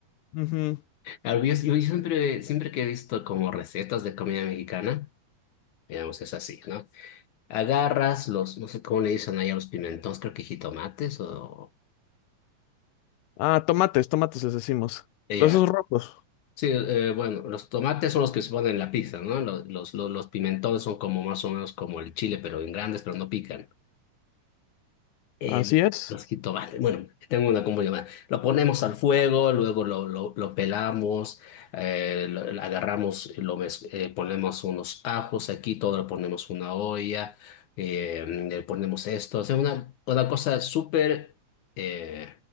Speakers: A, on the left; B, on the left.
A: Ujú.
B: Claro, yo, yo siempre, siempre que he visto como recetas de comida mexicana, digamos, es así, ¿no? Agarras los, no sé cómo le dicen ahí a los pimentones, creo que jitomates o...
A: Ah, tomates, tomates les decimos.
B: eh,
A: Los
B: Ya.
A: esos rojos,
B: Sí, eh, bueno, los tomates son los que se ponen en la pizza, ¿no? Los, los, los, los pimentones son como más o menos como el chile, pero en grandes, pero no pican. eh,
A: así es.
B: los jitomates, bueno, tengo una como llamada. Lo ponemos al fuego, luego lo, lo, lo pelamos, eh, lo, lo agarramos, lo mez- eh, ponemos unos ajos aquí, todo lo ponemos en una olla, eh, le ponemos esto. O sea, una, una cosa súper, eh,